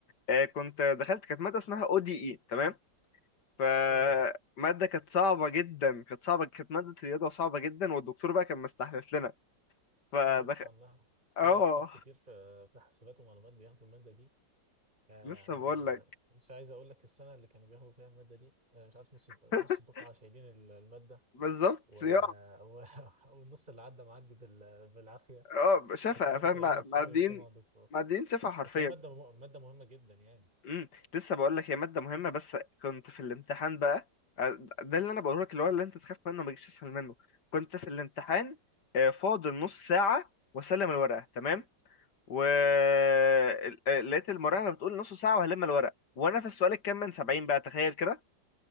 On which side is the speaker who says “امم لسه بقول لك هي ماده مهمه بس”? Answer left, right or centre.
Left